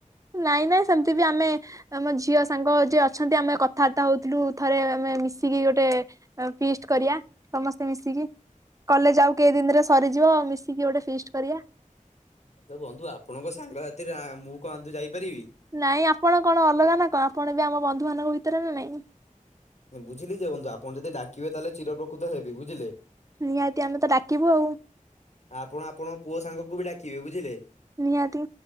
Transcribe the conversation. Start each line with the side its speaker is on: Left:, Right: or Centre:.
Right: ନାଇଁ ନାଇଁ ସେମତି ବି ଆମେ ଆମ ଝିଅ ସାଙ୍ଗ ଯିଏ ଅଛନ୍ତି ଆମେ କଥାବାର୍ତ୍ତା ହଉଥିଲୁ ଥରେ ଆମେ ମିଶିକି ଗୋଟେ ପିଷ୍ଟ କରିବା ସମସ୍ତେ ମିଶିକି କଲେଜ ଆଉ କେଇ ଦିନରେ ସରିଯିବ ମିଶିକି ଗୋଟେ ଫିଷ୍ଟ କରିବା
Left: ତ ବନ୍ଧୁ ଆପଣଙ୍କ ସାଙ୍ଗ ସାଥିରେ ମୁଁ କୁଆନ୍ତୁ ଯାଇପାରିବି
Right: ନାଇଁ ଆପଣ କଣ ଅଲଗା ନା କଣ ଆପଣ ଏ ବି ଆମ ବନ୍ଧୁ ମାନଙ୍କ ଭିତରେ ନା ନାଇଁ
Left: ବୁଝିଲି ଯେ ବନ୍ଧୁ ଆପଣ ଯଦି ଡାକିବେ ତାଲେ ଚିରାଉପକୃତ ହେବି ବୁଝିଲେ
Right: ନିହାତି ଆମେ ତ ଡାକିବୁ ଆଉ
Left: ଆପଣ ଆପଣଙ୍କ ପୁଅ ସାଙ୍ଗକୁ ବି ଡାକିବେ ବୁଝିଲେ
Right: ନିହାତି